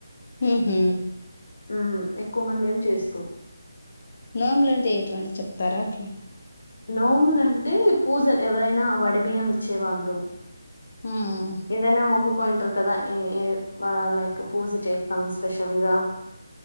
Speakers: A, on the left (about 30°); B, on the left (about 70°).
A: హుహ్
B: హ్ ఎక్కువ మంది ఏం చేసుకోరు.
A: నోములు అంటే ఎటువంటి చెప్తారా అట్లా.
B: నోములంటే పూజలు, ఎవరైనా వడి బియ్యం ఇచ్చేవాళ్ళు
A: ఉమ్
B: ఏదైనా మొక్కు కుంటరు కదా ఏ ఏ ఆ లైక్ పూజ చేస్తాం స్పెషల్గా.